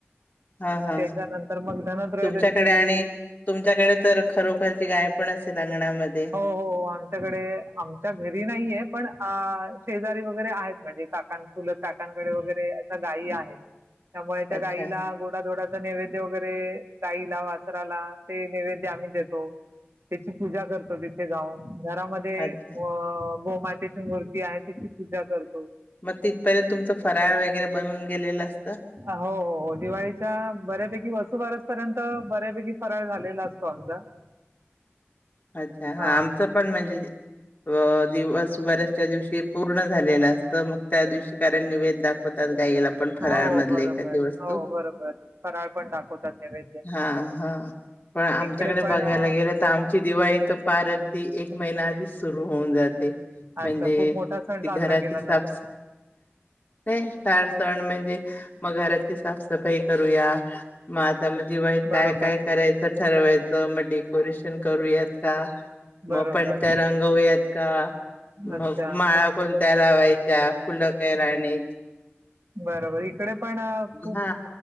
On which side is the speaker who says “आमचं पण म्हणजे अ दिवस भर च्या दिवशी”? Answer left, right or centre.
Left